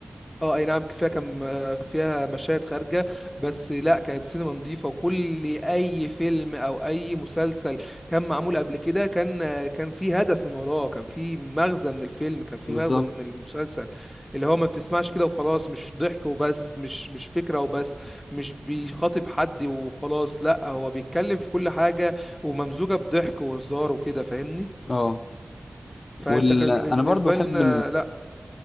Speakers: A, on the left (about 25°); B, on the left (about 85°).
A: اه اي نعم فيها كم فيها مشاهد خارجة بس لا كانت سينما نظيفة وكل اي فيلم او اي مسلسل كان معمول قبل كده كان كان في هدف من وراه كان في مغزى من الفيلم كان في
B: بالظبط
A: مغزى من المسلسل اللي هو ما بتسمعش كده وخلاص مش ضحك وبس مش مش فكرة وبس مش بيخاطب حد وخلاص لا هو بيتكلم في كل حاجة وممزوجة بضحك وهزار وكده فاهمني
B: اه
A: فانت
B: وال...
A: كان
B: انا
A: بالنسبة
B: برضو احب
A: لنا لا